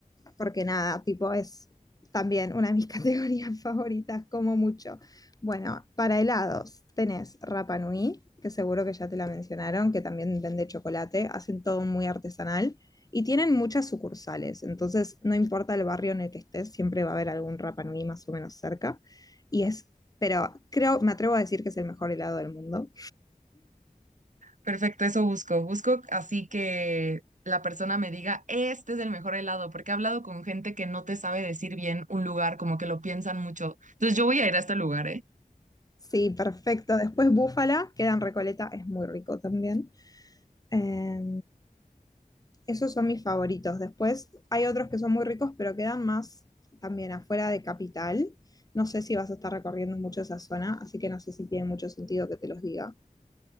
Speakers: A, on the left (about 25°); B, on the right (about 60°).
A: porque nada, tipo es también una de mis <laughs> categorías favoritas, como mucho. Bueno, para helados tenés Rapa Nui, que seguro que ya te la mencionaron, que también vende chocolate, hacen todo muy artesanal y tienen muchas sucursales, entonces no importa el barrio en el que estés, siempre va a haber algún Rapa Nui más o menos cerca. Y es, pero creo, me atrevo a decir que es el mejor helado del mundo.
B: Perfecto, eso busco. Busco así que la persona me diga, este es el mejor helado, porque he hablado con gente que no te sabe decir bien un lugar, como que lo piensan mucho. Entonces yo voy a ir a este lugar, ¿eh?
A: Sí, perfecto. Después búfala, queda en Recoleta, es muy rico también. Eh, esos son mis favoritos. Después hay otros que son muy ricos, pero quedan más también afuera de Capital. No sé si vas a estar recorriendo mucho esa zona, así que no sé si tiene mucho sentido que te los diga.